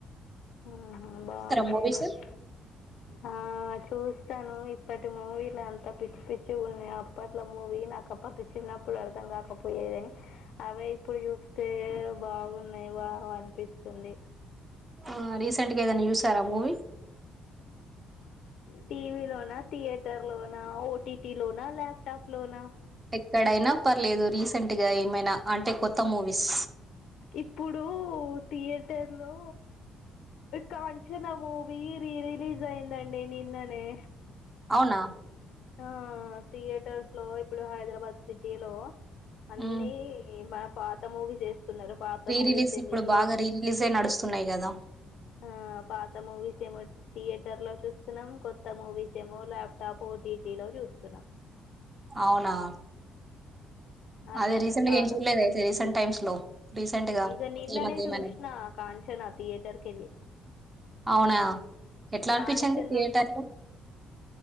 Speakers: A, on the left; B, on the right.
A: ఆ బాగుంటాయిండి
B: మూవీస్
A: ఆ చూస్ తను ఇప్పటి మూవీల అంతా పిచ్చి పిచ్చి గా ఉన్నాయ్ అప్పట్లో మూవీ నాకప్పటి చిన్నప్పుడు అర్థం కాకపోయేదని అవే ఇప్పుడు చుస్త్ తే బాగున్నాయి బాగా అనిపిస్తుంది.
B: ఆ రీసెంట్ గా ఏదైనా చుసారా మూవీ
A: టీవి లోనా థియేటర్ లోన ఆ ఓటీటిటీ లోనా లాప్టాప్ లోనా
B: ఎక్కడైనా పర్లేదు రీసెంట్ గా ఏమైనా అంటే కొత్త మూవీస్
A: ఇప్పుడు థియేటర్ లో కాంచనా మూవీ రీరిలీజ్ అయిందండి నిన్ననే
B: అవునా
A: ఆ థియేటర్స్ లో ఇప్పుడు హైదరాబాద్ సిటీ లో అన్నీ
B: హ్మ్
A: మ పాత మూవీ చేస్ స్తన్నారూ పాత
B: రీ
A: మూవిస్
B: రిలీజ్
A: ఎల్లి
B: ఇప్పుడు బాగా రీ రిలీజ్ అయి నడుస్తున్నాయి కదా
A: అ పాత మూవిస్ ఏ మ థియేటర్ లో చూస్తున్నాం కొత్త మూవీస్ ఏమో ల్యాప్టాప్ ఒ టీటి లో చూస్తున్నాం
B: అవునా
A: అట్లాగే
B: అది రీసెంట్
A: కాలం
B: గా ఏం చూడ్లేదా అయితే రీసెంట్ టైమ్స్ లో రీసెంట్ గా
A: ఇక నిన్ననే
B: ఈ మధ్య
A: చూసిన
B: ఏమైనా
A: కాంచనా థియేటర్కి ఎళ్ళి
B: అవునా ఎట్లా
A: కాంచన్నం
B: అనిపించింది థియేటర్ లో